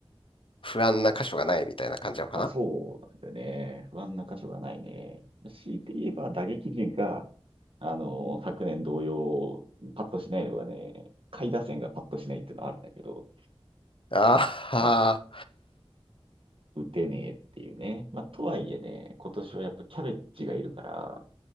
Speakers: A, on the left; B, on the right.
A: 不安な箇所がないみたいな感じなのかな
B: あ、そうなんだよね。不安な箇所がないね。強いて言えば打撃陣が、あのー昨年同様、パッとしないのがね、下位打線がパッとしないっていうのはあるんだけど、
A: ああ
B: まあ、打てねえっていうね。まあ、とはいえね、今年はやっぱキャベッジがいるから、